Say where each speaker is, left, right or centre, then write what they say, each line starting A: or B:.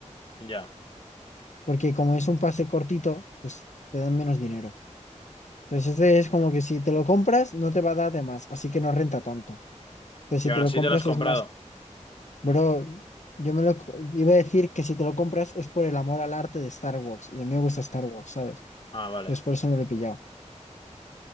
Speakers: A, on the left; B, on the left.
A: Ya.
B: Porque como es un pase cortito, pues te dan menos dinero. Entonces este es como que si te lo compras, no te va a dar de más, así que no renta tanto. Entonces
A: ¿Y
B: si
A: aún
B: te
A: así
B: lo compras
A: te lo has comprado?
B: es más, bro, yo me lo co- iba a decir que si te lo compras es por el amor al arte de Star Wars. Y a mí me gusta Star Wars, ¿sabes?
A: Ah, vale.
B: Entonces por eso me lo he pillado.